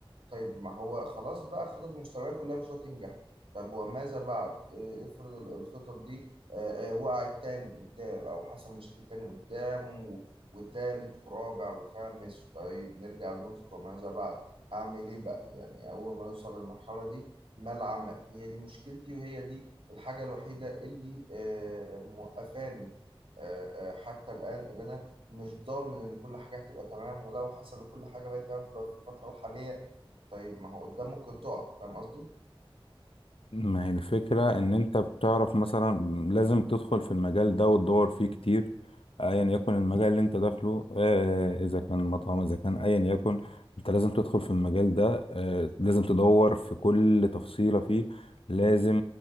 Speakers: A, on the right (about 75°); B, on the left (about 75°).
A: طيب ما هو خلاص بقى الخطط المستوية كلها مش هتنجح طب وماذا بعد آه، افرض ال- الخطط دي آه، آه، وقعت تاني قدام او حصل مشاكل تاني قدام و- وتالت ورابع وخامس طيب نرجع لنقطة وماذا بعد هعمل ايه بقى يعني اول ما نوصل للمرحلة دي ما العمل هي دي مشكلتي وهي دي الحاجة الوحيدة اللي آه، موقفاني آه، آه، حتى الآن اللي انا مش ضامن ان كل حاجة هتبقى تمام ولو حصل وكل حاجة بقت تمام في الوقت- في الفترة الحالية طيب ما هو قدام ممكن تقع فاهم قصدي
B: ما هي الفكرة إن أنت بتعرف مثلا لازم تدخل في المجال ده وتدور فيه كتير أيا يكن المجال اللي أنت داخله آه، إذا كان مطعم إذا كان أيا يكن أنت لازم تدخل في المجال ده آه، لازم تدور في كل تفصيلة فيه لازم